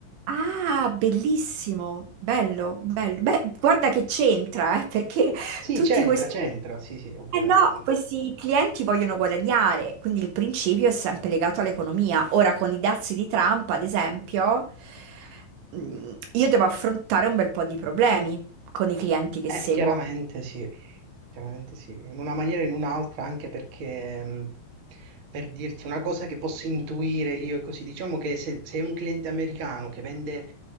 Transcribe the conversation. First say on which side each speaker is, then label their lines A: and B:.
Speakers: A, on the right; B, on the right.
A: Ah, bellissimo, bello, bello. Beh, guarda che c'entra, eh, perché
B: Sì,
A: tutti
B: c'entra,
A: questi...
B: c'entra, sì, sì, ovviamente.
A: Eh no, questi clienti vogliono guadagnare, quindi il principio è sempre legato all'economia. Ora, con i dazi di Trump, ad esempio, mh, io devo affrontare un bel po' di problemi con i clienti che
B: Eh,
A: seguo.
B: chiaramente sì, chiaramente sì, in una maniera o in un'altra, anche perché, mh, per dirti una cosa che posso intuire io, e così, diciamo che se, se è un cliente americano che vende